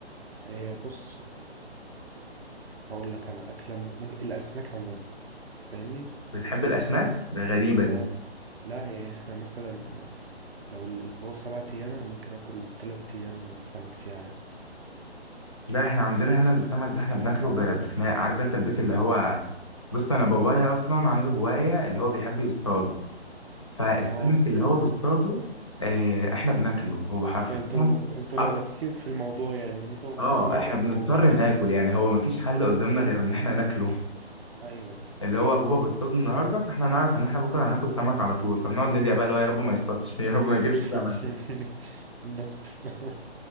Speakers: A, on the right; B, on the left.
A: إيه بص هقول لك أنا أكلة مم- ممكن الأسماك عموما فاهمني؟
B: بتحب الاسماك ده غريبه
A: آه
B: دي
A: لا يعني إحنا مثلا لو الأسبوع سبعة أيام أنا ممكن آكل تلات أيام سمك فيه عادي
B: لا احنا عندنا هنا السمك ده احنا بناكله ب- بخناق عارف انت البيت اللي هو بص انا بابايا اصلا عنده هوايه اللي هو بيحب يصطاد فالسمك
A: آه
B: اللي هو بيصطاده آه، احنا بناكله هو حرفيا
A: يعني انتوا انتوا لا-
B: أك-
A: لابسين في الموضوع يعني انتوا مجبرين
B: اه احنا
A: على
B: بنضطر
A: الموضوع
B: ناكل يعني هو مفيش حل قدامنا غير ان احنا ناكله
A: ايوه ايوه
B: اللي هو بابا بيصطاد النهارده فاحنا هنعرف ان احنا بكره هناكل سمك على طول فبنقعد ندعي بقى اللي هو يا رب ما يصطادش <laughs> يا رب ما يجيبش
A: <laughs>
B: سمك
A: الناس كلها